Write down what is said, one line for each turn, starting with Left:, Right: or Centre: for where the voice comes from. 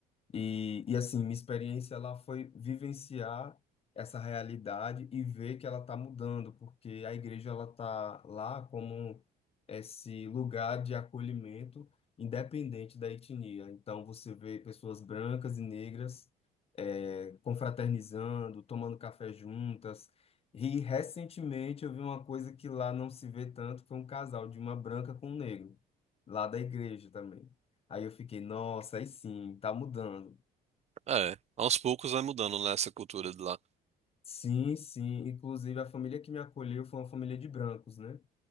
Left: e, e assim, minha experiência lá foi vivenciar essa realidade e ver que ela está mudando, porque a igreja ela está lá como esse lugar de acolhimento independente da etnia. Então você vê pessoas brancas e negras eh, confraternizando, tomando café juntas. E recentemente eu vi uma coisa que lá não se vê tanto, foi um casal de uma branca com um negro, lá da igreja também. Aí eu fiquei, nossa, aí sim, tá mudando.
Right: É, aos poucos vai mudando, né, essa cultura de lá.
Left: Sim, sim. Inclusive, a família que me acolheu foi uma família de brancos, né?